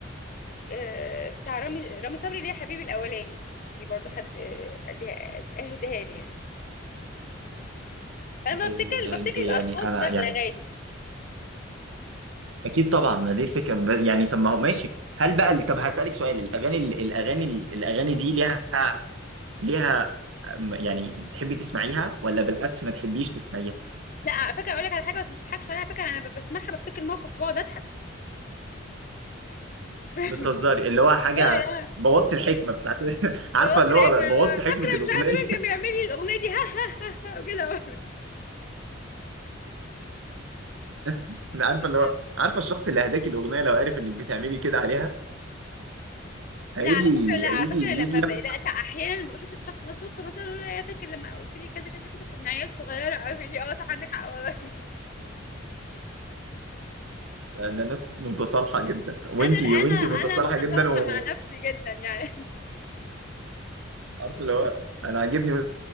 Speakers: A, on the left; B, on the right.
A: آه، بتاع رامي رامي صبري اللي هي حبيبي الاولاني دي برضو حد آه، قال لي اهداها لي يعني انا
B: اكيد
A: بفتكر
B: ده
A: بفتكر
B: يعني
A: الاشخاص
B: انا
A: بتاعت
B: يعني
A: الاغاني
B: اكيد طبعا ما دي الفكره ب- يعني طب ما هو ماشي هل بقى طب هسالك سؤال الاغاني الاغاني الاغاني دي ليها ليها أم- يعني بتحبي تسمعيها ولا بالعكس ما تحبيش تسمعيها
A: لا على فكره اقول لك على حاجه بس ما تضحكش عليها على فكره انا ب- بسمعها بفتكر الموقف بقعد اضحك <laughs>
B: بتهزري
A: مش-
B: اللي هو حاجه
A: اه لا
B: بوظت الحكمه بتاعت <laughs> عارفه
A: ببص
B: اللي
A: العيب
B: هو
A: انا
B: بوظت حكمه
A: فاكره
B: الاغنيه
A: مش عارفه مين كان بيعمل لي الاغنيه دي <laughs> ها ها ها, ها وكده بس
B: <laughs> عارفه
A: <laughs>
B: اللي هو عارفه الشخص اللي هداكي الاغنيه لو عارف انك بتعملي كده عليها هيجي
A: لا على فكره لا
B: هيجي
A: على فكره لما
B: يجي ياخد
A: ب... لا سا- احيانا لما بشوف الشخص ده صدفه مثلا اقول له يا فاكر لما قلت لي كذا كذا كذا كنا عيال صغيره عارف لي اه صح عندك حق والله <laughs>
B: ده ده ناس متصالحه جدا وانتي
A: انا انا
B: وانتي
A: انا
B: متصالحه
A: متصالحه
B: جدا وعارفه
A: مع نفسي جدا يعني
B: اللي هو انا عاجبني